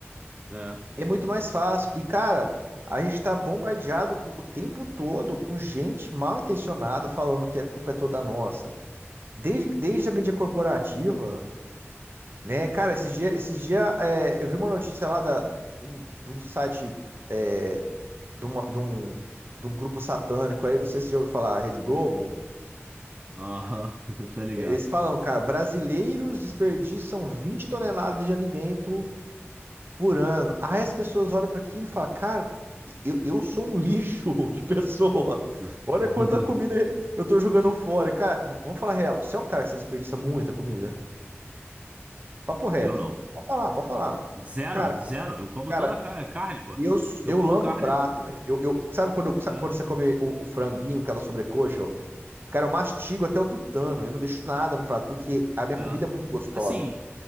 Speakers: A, on the right; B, on the right.
A: É.
B: é muito mais fácil. E, cara, a gente tá bombardeado o o tempo todo com gente mal intencionada falando que a culpa é toda nossa. Desde, desde a mídia corporativa, né? Cara, esses dias esses dia, é, eu vi uma notícia lá da, do, do site é, de, uma- de um, de um grupo satânico aí, não sei se você já ouviu falar, Rede Globo.
A: Aham, <laughs> tá ligado.
B: Eles falam, cara, brasileiros desperdiçam 20 toneladas de alimento por ano. Aí as pessoas olham para aquilo e falam, cara, eu, eu sou um lixo <laughs> de pessoa.
A: <laughs>
B: Olha quanta comida eu tô jogando fora. E, Cara, v- vamos falar a real. Você é um cara que você desperdiça muita comida? Papo reto
A: Eu não.
B: aqui. Pode falar, pode falar.
A: Zero,
B: Cara,
A: zero. Eu como
B: cara,
A: toda a carne, pô.
B: eu,
A: Eu
B: eu
A: como
B: lambo
A: carne,
B: o prato, velho. Eu, eu, sabe quando, eu- sabe
A: é,
B: quando você come o, o franguinho, aquela sobrecoxa? Eu- Cara, eu mastigo até o tutano. Eu não deixo nada no prato, porque a minha comida
A: é.
B: é muito gostosa.
A: Assim,